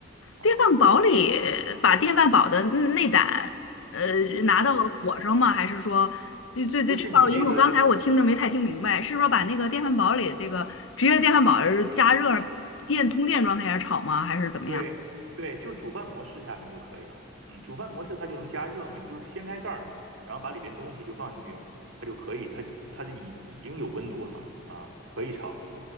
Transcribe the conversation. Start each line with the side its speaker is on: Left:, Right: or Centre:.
Right: 嗯，
Left: 电饭煲里把电饭煲的内胆，呃，拿到火上吗？还是说，这、这、这这块儿因为我刚才我听着没太听明白，
Right: 不是你那个
Left: 是说把那个电饭煲里这个直接电饭煲儿加热电通电状态下炒吗？还是怎么样？
Right: 对对，就煮饭模式下面就可以了。嗯，煮饭模式它就能加热嘛，你就掀开盖儿，然后把里边东西就放进去，它就可以，它就它就已已经有温度了嘛，啊，可以炒的。